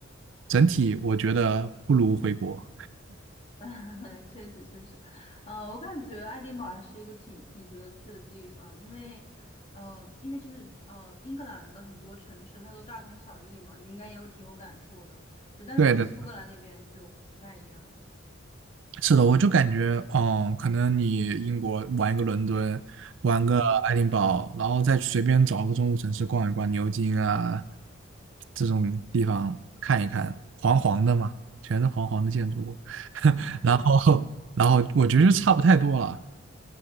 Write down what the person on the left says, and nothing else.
<laughs> 确实确实，呃，我感觉爱丁堡还是一个挺挺值得去的地方，因为，呃，因为就是呃，英格兰的很多城市它都大同小异嘛，你应该也有挺有感触的，对，但是可能苏格兰那边就不太一样，
对，
嗯。
<laughs>